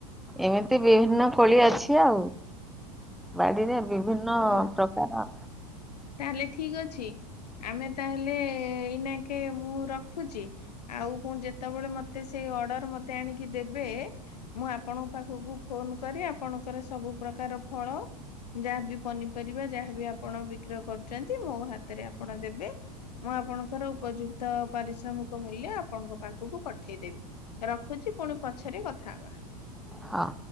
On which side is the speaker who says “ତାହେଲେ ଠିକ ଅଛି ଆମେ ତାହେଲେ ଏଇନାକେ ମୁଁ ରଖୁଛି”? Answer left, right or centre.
Left